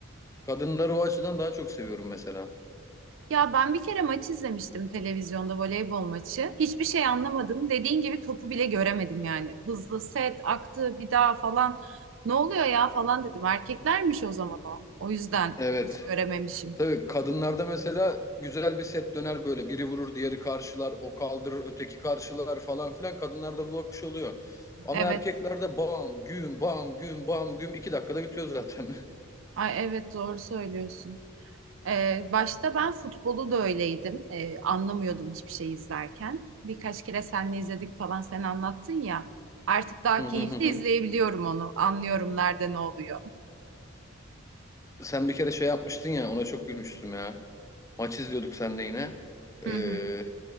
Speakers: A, on the left (about 15°); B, on the right (about 65°).
A: Kadınları o açıdan daha çok seviyorum mesela.
B: ya ben bir kere maç izlemiştim televizyonda voleybol maçı. Hiçbir şey anlamadım. Dediğin gibi topu bile göremedim yani. Hızlı set aktı bir daha falan. Ne oluyor ya falan dedim. Erkeklermiş o zaman o. O yüzden
A: Evet.
B: hiç görememişim.
A: Tabii kadınlarda mesela güzel bir set döner böyle. Biri vurur, diğeri karşılar, o kaldırır, öteki karşılar falan filan. Kadınlarda bu akış oluyor. Ama
B: Evet.
A: erkeklerde bam, güm, bam, güm, bam, güm. iki dakikada bitiyor zaten.
B: Ay evet doğru söylüyorsun. Ee, başta ben futbolu da öyleydim. Ee, anlamıyordum hiçbir şey izlerken. Birkaç kere seninle izledik falan sen anlattın ya. Artık
A: <laughs>
B: daha
A: Hı
B: keyifli
A: hı hı hı.
B: izleyebiliyorum onu. Anlıyorum nerede ne oluyor.
A: Sen bir kere şey yapmıştın ya, ona çok gülmüştüm ya. Maç izliyorduk seninle yine.
B: Hı
A: Ee,
B: hı.